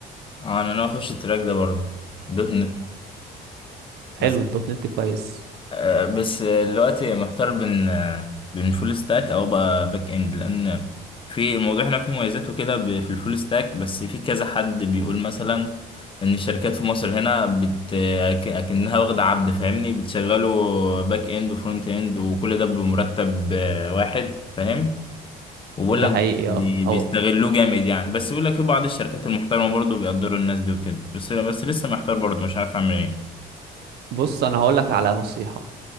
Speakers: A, on the left; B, on the right.
A: آه، انا ناوي اخش التراك ده برضه دوت نت
B: حلو
A: بس
B: الدوت نت كويس
A: آه، بس دلوقتي محتار بين آه، بين فول ستاك او بقى باك اند لان في الموضوع هنا فيه مميزات وكده ب- في الفول ستاك بس في كذا حد بيقول مثلا ان الشركات في مصر هنا بت آه، أك- اكنها واخده عبد فاهمني بتشغله باك اند وفرونت اند وكل ده بمرتب آه، واحد فاهم وبقول
B: ده
A: لك
B: حقيقي
A: بي-
B: اه
A: بيستغلوه
B: أو-
A: جامد يعني بس بيقول لك في بعض الشركات المحترمه برضه بيقدروا الناس دي وكده بس بس لسه محتار برضه مش عارف اعمل ايه
B: بص انا هقول لك على نصيحة